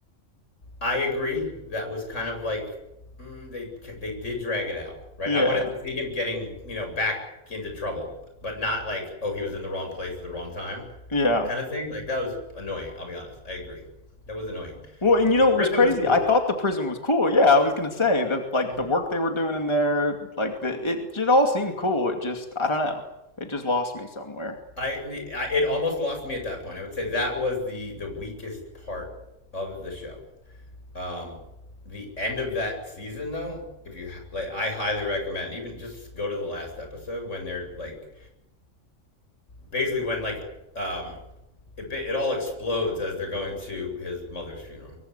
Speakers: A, on the left; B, on the left.
A: I agree. That was kind of like mm, they they did drag it out, right?
B: Yeah.
A: I wanted to see him getting you know back into trouble, but not like oh he was in the wrong place at the wrong time
B: Yeah.
A: kind of thing. Like that was annoying. I'll be honest. I agree. That was annoying.
B: Well, and you
A: The
B: know
A: prison
B: what was crazy?
A: was cool.
B: I thought the prison was cool. Yeah, I was gonna say that, like
A: Mhm.
B: the work they were doing in there, like the, it it all seemed cool. It just, I don't know, it just lost me somewhere.
A: I, I it almost lost me at that point. I would say that was the the weakest part of the show. Um, the end of that season though, if you like, I highly recommend even just go to the last episode when they're like basically when like um it it all explodes as they're going to his mother's funeral,